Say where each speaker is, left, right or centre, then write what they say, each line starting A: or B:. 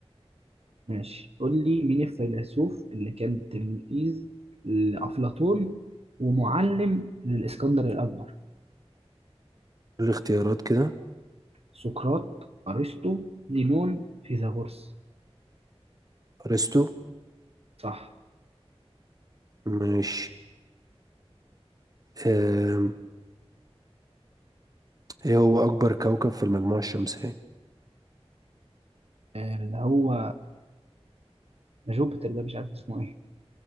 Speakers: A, on the right; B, on the right.
A: ماشي قول لي مين الفيلسوف اللي كان تلميذ لأفلاطون ومعلم للإسكندر الأكبر
B: الاختيارات كده
A: سقراط أرسطو زينون فيثاغورس
B: ارسطو
A: صح
B: ماشي أم. ايه هو اكبر كوكب في المجموعة الشمسية
A: آه، اللي هو جوبيتر ده مش عارف اسمه ايه